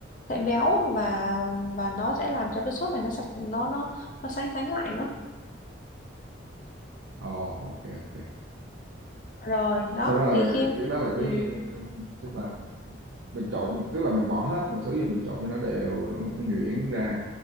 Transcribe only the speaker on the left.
sẽ béo và và nó sẽ làm cho cái sốt này nó sạch nó nó nó sánh sánh lại nữa
rồi đó
thì khi
ừ,